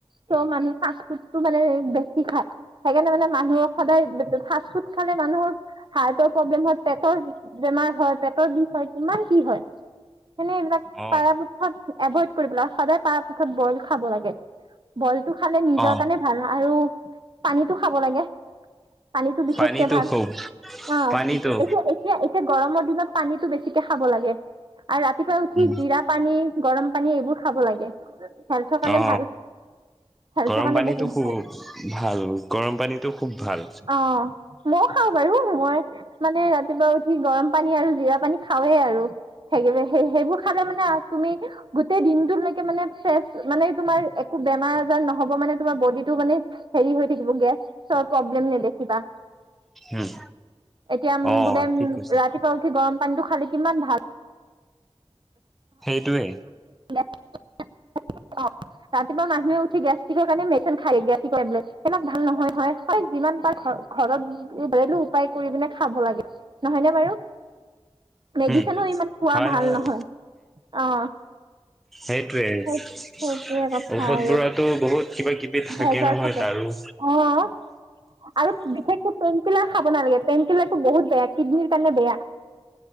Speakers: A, on the right; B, in the centre.
A: চ মানুহ ফাষ্ট ফুডটো পালে বেছি খায় হেকাৰনে মানে মানুহ সদায় ফাষ্ট ফুড খালে মানুহৰ হাৰ্টৰ প্ৰব্লেম হয়, পেটৰ বেমাৰ হয়, পেটৰ বিষ হয় কিমান কি হয়। সেকানে এইবিলাক
B: অ
A: পাৰা পক্ষত এভইড কৰিম ন সদায় পাৰা পক্ষত বইল খাব লাগে বইল টো খালে নিজৰ
B: অ
A: কাৰণে ভাল আৰু পানীটো খাব লাগে পানীতো বিশেষ
B: পানীটো
A: ভাত
B: খুব
A: অ
B: পানীটো
A: এতিয়া এতিয়া এতিয়া গৰমৰ দিনত পানীটো বেছিকে সাব লাগে আৰু ৰাতিপুৱা উঠি
B: উম
A: জিৰা পানী গৰম পানী এইবোৰ খাব লাগে হেল্থৰ কাৰণে
B: অ
A: ভাল হেল্থৰ
B: গৰম
A: কাৰণে
B: পানী
A: বহুত
B: খুব
A: ভাল
B: ভাল গৰম পানীটো খুব ভাল
A: অ মইও খাওঁ বাৰু মই মানে ৰাতিপুৱা উঠি গৰম পানী আৰু জিৰা পানী খাওৱে আৰু সেই সেই সেইবোৰ খালে মানে তুমি গোটেই দিনটোলৈকে মানে ফ্ৰেচ মানে তোমাৰ একো বেমাৰ আজাৰ নহ'ব মানে তোমাৰ বডিটো মানে হেৰি হৈ থাকিব গেছ চ প্ৰব্লেম নে দেখিবা
B: উম
A: এতিয়া
B: অ
A: বোলে উম
B: ঠিক কৈছে
A: ৰাতিপুৱা উঠি গৰম পানীটো খালি কিমান ভাল
B: সেইটোৱে।
A: <unintelligible> ৰাতিপুৱা মানুহে উঠি গেষ্ট্ৰিকৰ কাৰণে <unintelligible> খায়। <unintelligible> সেইবিলাক ভাল নহয় হয়। <unintelligible> যিমান পাৰ ঘ-ঘৰততো ঘৰেলো উপায় কৰি পিনে খাব লাগে, নহয়নে বাৰু। মেডিচিনো
B: উম,
A: ইমান খোৱা
B: হয়
A: ভাল
B: হয়।
A: নহয় অ'
B: সেই-সেইটোৱে
A: সেই
B: <unintelligible>
A: সেইটোৱে কথা
B: ঔষধ
A: আৰু
B: বোৰতো বহুত কিবা কিবি
A: <unintelligible>
B: নহয়
A: থাকে,
B: তাৰো
A: অ'। আৰু বিশেষকে পেনকিলাৰ খাব নালাগে, পেনকিলাৰটো বহুত বেয়া কিডনীৰ কাৰণে বেয়া।